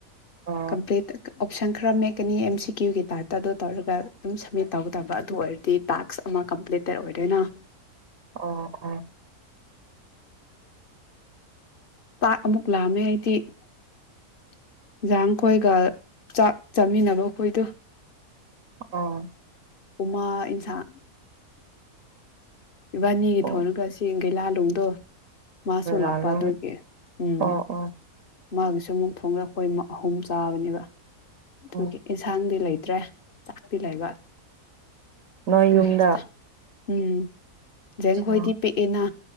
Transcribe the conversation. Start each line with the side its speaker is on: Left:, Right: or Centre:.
Right: ꯑꯣ
Left: ꯀꯝꯄ꯭ꯂꯠ ꯑꯣꯞꯁꯟ ꯈꯔ ꯃꯠꯀꯅꯤ ꯑꯦꯝ ꯁꯤ ꯀ꯭ꯌꯨꯒꯤ ꯇꯥꯏꯞꯇ ꯑꯗꯨ ꯇꯧꯔꯒ ꯑꯗꯨꯝ ꯁꯝꯃꯤꯠ ꯇꯧꯗꯕ ꯑꯗꯨ ꯑꯣꯏꯔꯗꯤ ꯇꯥꯛꯁ ꯑꯃ ꯀꯝꯄ꯭ꯂꯤꯇꯦꯠ ꯑꯣꯏꯔꯣꯏꯅ
Right: ꯑꯣ ꯑꯣ
Left: ꯄꯥꯛ ꯑꯃꯨꯛ ꯂꯥꯑꯝꯃꯦ ꯑꯩꯗꯤ ꯌꯦꯟꯖꯥꯡ ꯈꯣꯏꯒ ꯆꯥꯛ ꯆꯥꯃꯤꯟꯅꯕ ꯑꯩꯈꯣꯏꯗꯣ
Right: ꯑꯥ
Left: ꯎꯃꯥ ꯏꯟꯁꯥꯡ ꯏꯕꯥꯅꯤꯒꯤ
Right: ꯑꯣ
Left: ꯊꯣꯡꯔꯒꯦꯡ ꯂꯥꯜꯨ ꯠꯇꯣ ꯃꯥꯁꯨ
Right: ꯂꯂꯣꯡ
Left: ꯂꯥꯛꯄ ꯑꯗꯨꯒꯤ ꯎꯝ
Right: ꯑꯣ ꯑꯣ
Left: ꯃꯥꯒꯤꯁꯨ ꯑꯃꯨꯛ ꯊꯣꯡꯗ ꯑꯩꯈꯣꯏ ꯑꯍꯨꯝ ꯆꯥꯕꯅꯦꯕ ꯑꯗꯨ
Right: ꯑꯣ
Left: ꯏꯟꯁꯥꯡꯗꯤ ꯂꯩꯇ ꯇ꯭ꯔꯦ ꯆꯥꯛꯄꯤ ꯂꯩꯕ
Right: ꯅ
Left: ꯑꯗꯨꯒꯤ
Right: ꯌꯨꯝꯗ
Left: ꯎꯝ ꯖꯦꯡ ꯍꯣꯏꯗꯤ
Right: ꯑꯣ
Left: ꯄꯤꯛꯑꯦꯅ